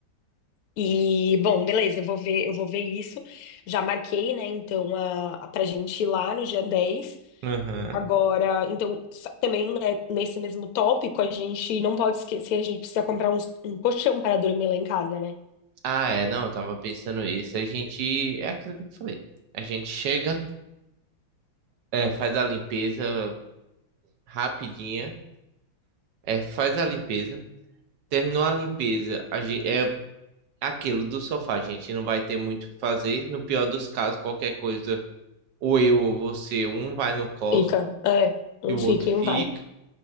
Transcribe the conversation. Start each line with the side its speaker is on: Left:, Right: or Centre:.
Left: E, bom, beleza, eu vou ver, eu vou ver isso. Já marquei, né? Então, a, a, pra gente ir lá no dia dez
Right: Aham.
Left: Agora, então, sa- também, né, nesse mesmo tópico, a gente não pode esquecer, a gente precisa comprar uns- um colchão para dormir lá em casa, né?
Right: Ah, é, não, eu tava pensando isso. A gente, é aquilo que eu te falei. A gente chega, é, faz a limpeza rapidinha. É, faz a limpeza. Terminou a limpeza, a gente, é aquilo do sofá, a gente não vai ter muito o que fazer. No pior dos casos, qualquer coisa, ou eu ou você, um vai no Costco
Left: Fica, é, um
Right: e o
Left: fica
Right: outro
Left: e
Right: fica.
Left: um vai.